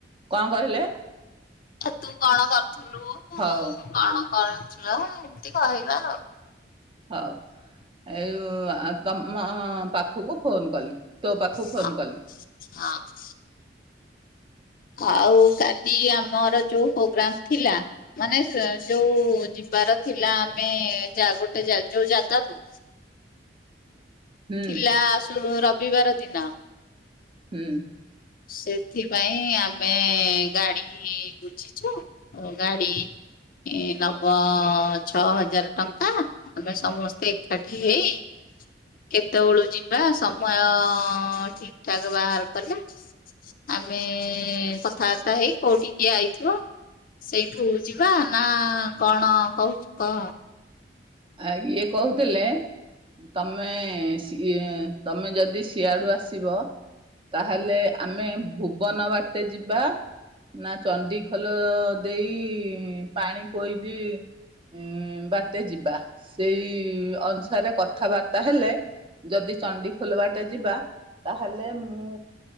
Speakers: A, on the right; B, on the left.
A: କଣ କହିଲେ?
B: ସେ ତୁ କଣ କରୁଥିଲୁ,
A: ହଉ
B: କଣ କର? ର ଏମତି କହିଲ ଆଉ
A: ହଉ, ଆଉ ତମ ପାଖକୁ ଫୋନ କଲି, ତୋ ପାଖକୁ
B: ହଁ
A: ଫୋନ କଲି
B: ହଁ ଆଉ କାଲି ଆମର ଯୋଉ ପ୍ରୋଗ୍ରାମ ଥିଲା, ମାନେ ସେ ଯୋଉ ଯିବାର ଥିଲା ଆମେ ଯା ଗୋଟେ ଜା ଯୋଉ ଜାଗାକୁ
A: ହୁଁ
B: ଥିଲା ଆସୁୁ ରବିବାର ଦିନ
A: ହୁଁ।
B: ସେଥିପାଇଁ ଆମେ ଗାଡି ବୁଝିଛୁ। ଗାଡି ଏ ନବ ଛଅ ହଜାର ଟଙ୍କା। ଆମେ ସମସ୍ତେ ଏକାଠି ହେଇ କେତେବେଳୁ ଯିବା, ସମୟ ଠିକ ଠାକ ବାହାର କଲେ ଆମେ କଥାବାର୍ତ୍ତା ହେଇ କୋଉଠି କିଏ ଆଇଥିବ ସେଇଠୁ ଯିବା ନା କଣ କହୁଛୁ?
A: ଆ ଇଏ କହୁଥିଲେ, ତମେ ଏ ତମେ ଯଦି ସିଆଡୁ ଆସିବ ତାହେଲେ ଆମେ ଭୁବନ ବାଟେ ଯିବା ନା ଚଣ୍ଡିଖୋଲ ଦେଇ ପାଣିକୋଇଲି ଉଁ ବାଟେ ଯିବା। ସେଇ ଅନୁସାରେ କଥାବାର୍ତ୍ତା ହେଲେ ଯଦି ଚଣ୍ଡିଖୋଲ ବାଟେ ଯିବା, ତାହେଲେ ମୁଁ